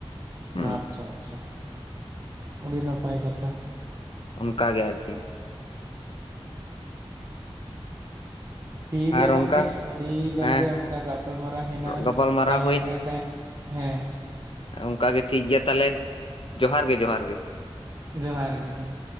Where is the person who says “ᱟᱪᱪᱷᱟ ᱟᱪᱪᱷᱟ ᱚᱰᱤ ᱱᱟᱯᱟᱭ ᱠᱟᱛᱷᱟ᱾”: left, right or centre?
Right